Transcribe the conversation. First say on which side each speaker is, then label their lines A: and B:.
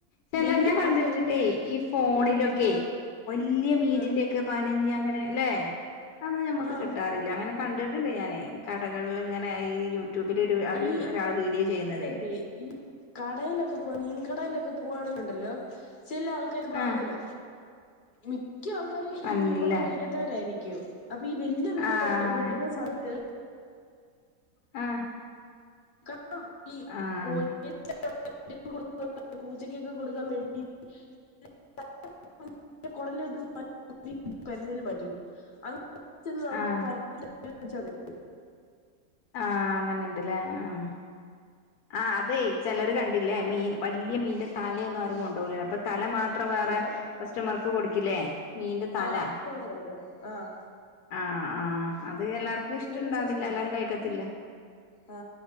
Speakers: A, on the left; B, on the left.
A: ചില
B: വലിയ
A: ഞാൻ കണ്ടിട്ട്ണ്ട്
B: മുട്ടയാക്കി
A: ഈ ഫോണിലൊക്കെ
B: ആഹ്
A: വല്ലിയ മീനിന്റെ
B: ആഹ്
A: ഒക്കെ പനഞ്ഞി അങ്ങനെ ല്ലെ അത് ഞമ്മക്ക്
B: ആഹ്
A: കിട്ടാറില്ല അങ്ങനെ കണ്ടിട്ടുണ്ട് ഞാനേ കടകളിൽ ഇങ്ങനെ ഈ യൂട്യൂബിൽ ഒരു
B: ഈ
A: ഒരാള് വീഡിയോ ചെയ്യുന്നത്
B: <unintelligible> കടയിലൊക്കെ പോവാ മീൻകടയിലൊക്കെ പോവാണെങ്കിലുണ്ടല്ലോ ചില ആൾക്കാരി വാങ്ങുലോ
A: ആഹ്
B: മിക്ക ആൾക്കാര്
A: പനഞ്ഞില്ലേ
B: ഈ മീൻമുട്ട കഴിക്കാത്തവരായിരിക്കും അപ്പൊ ഈ വലിയ മീനെ
A: ആഹ്
B: വെ വെട്ടുന്ന സമയത്ത്
A: ആഹ്
B: <unintelligible> <unintelligible>
A: ആഹ്
B: പൂച്ചക്കൊക്കെ കൊടുക്കാൻ വേണ്ടി <unintelligible> നമുക്ക്
A: ആഹ്
B: ആ <unintelligible>
A: ആഹ് അങ്ങനെ ഉണ്ട്ല്ലേ ആഹ് ആഹ് അതെ ചെലർ കണ്ടില്ലേ മീൻ വലിയ മീന്റെ തലന്നും ആരും കൊണ്ടൊവുല്ലല്ലോ അപ്പൊ തല മാത്രം മാത്രം വേറെ
B: ഹലോ
A: കസ്റ്റമർക്ക് കൊടുക്കില്ലേ മീന്റെ തല
B: ആഹ് കോടുക്കും കോടുക്കും ആഹ്
A: ആഹ് ആഹ് അത് എല്ലാർക്കും ഇഷ്ടണ്ടാവില്ല
B: നല്ല ചോദിച്ചാൽ
A: അത്
B: മതി
A: എല്ലാരും കഴിക്കത്തില്ല
B: ആ